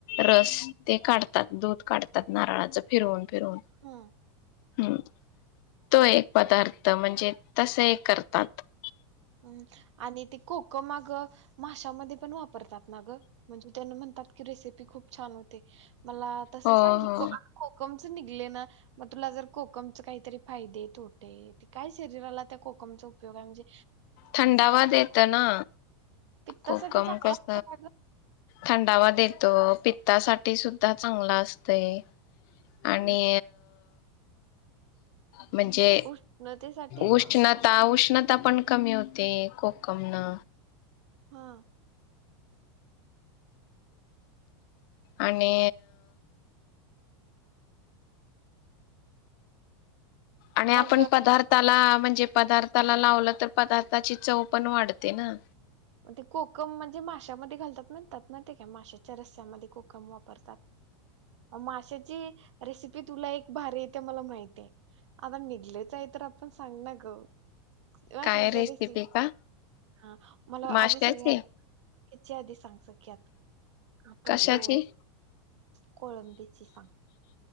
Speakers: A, on the left; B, on the right.
A: रस
B: हं,
A: ते काढतात दूध काढतात. नारळाचं फिरवून फिरवून
B: हा
A: हो तो एक पदार्थ म्हणजे तस एक करतात.
B: म् आणि ते कोकम आग माशामध्ये पण वापरतात ना ग म्हणजे त्यांना म्हणतात की रेसिपी खूप छान होते. मला तसं
A: हो
B: सांग की
A: हो
B: निघले ना मग तुला जर कोकम च काहीतरी फायदेे तोटे काय शरीराला त्या कोकमचा उपयोग आहे म्हणजे.
A: थंडावा देत ना.
B: पिक्तासाठी
A: कोकम
B: चांगला
A: कस
B: असत का ग?
A: थंडावा देतो पित्तासाठी सुद्धा चांगला असतय. आणि
B: गं?
A: म्हणजे
B: उष्णतेसाठी?
A: उष्णता उष्णता पण कमी होते कोकम न.
B: हा
A: आणि आणि आपण
B: मग
A: पदार्थाला म्हणजे पदार्थाला लावलं तर पदार्थाची चव पण वाढते ना.
B: ते कोकम म्हणजे माशामध्ये घालतात म्हणतात ना, ते काय माशाच्या रस्स्यामध्ये कोकम वापरतात, माशाची रेसिपी तुला एक भारी इथे मला माहती, आता निघलेच आहे तर आपण सांग ना ग. माशांच्या
A: काय
B: रेसिपी
A: का
B: हा वो मला
A: माश्याची
B: आधी सगळ्यात याच्या आधी सांग सगळ्यात आपण
A: कशाची
B: तो कोळंबीची सांग.